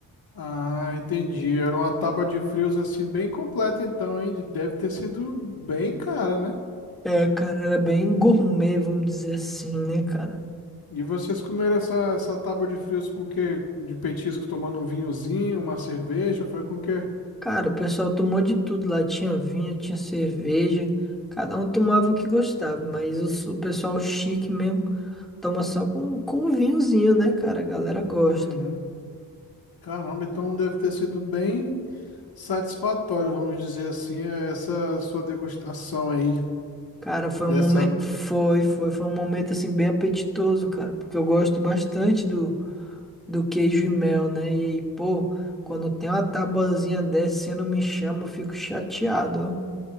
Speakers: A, on the left; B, in the centre.
A: Ah, entendi. Era uma tábua de frios assim bem completa então, hein? De- Deve ter sido bem cara, né?
B: É, cara, era bem gourmet, vamos dizer assim, né, cara?
A: E vocês comeram essa, essa tábua de frios com o quê? De petisco, tomando um vinhozinho, uma cerveja, foi com o quê?
B: Cara, o pessoal tomou de tudo lá. Tinha vinho, tinha cerveja. Cada um tomava o que gostava, mas os- o pessoal chique mesmo toma só com, com um vinhozinho, né, cara? A galera gosta.
A: Uhum. Caramba, então deve ter sido bem satisfatório, vamos dizer assim, eh, essa sua degustação aí
B: Cara, foi
A: dessa.
B: um momento. Foi, foi, foi um momento assim bem apetitoso, cara. Porque eu gosto bastante do. do queijo e mel, né? E aí, pô, quando tem uma tabuazinha dessa, você não me chama, eu fico chateado, ó.